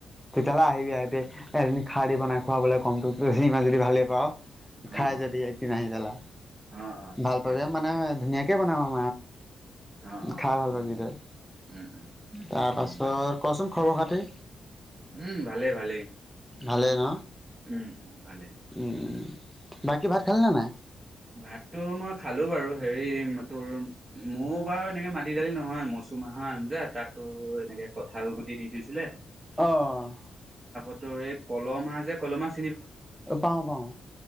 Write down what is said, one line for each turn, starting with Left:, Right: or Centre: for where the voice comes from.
Centre: তেতিয়া হ'লে আহিবি, আহিবি এদিন খাৰ দি বনাই খোৱাবলে কম টোক যদি ইমান যদি ভালেই পাওঁ।
Right: অ
Centre: খাই
Right: অ
Centre: যাবি একদিন আহি পেলা
Right: অ অ ঠিকে
Centre: ভাল পাবি
Right: আছে ঠিকে
Centre: মানে
Right: আছে
Centre: ধুনীয়াকে বনাম আৰু
Right: অ অ
Centre: খাই ভাল
Right: উম
Centre: পাবি তই,
Right: উম উম
Centre: তাৰ
Right: অ
Centre: পাছত
Right: মাতি
Centre: কচোন খবৰ খাতি?
Right: উম ভালেই ভালেই
Centre: ভালে ন?
Right: উম উম ভালেই
Centre: উম, উম। বাকী ভাত খালেনে নাই?
Right: ভাতটো মই খালো বাৰু, হেৰি তোৰ মোৰ বাৰু এনেকে মাটি দালি নহয় মচ মচু মাহৰ আঞ্জা, তাত তোৰ এনেকে কঁঠালগুতি দি দিছিলে
Centre: অ'।
Right: তোৰৰে কল মাৰ যে কলহ মাছ
Centre: অ', পাওঁ, পাওঁ।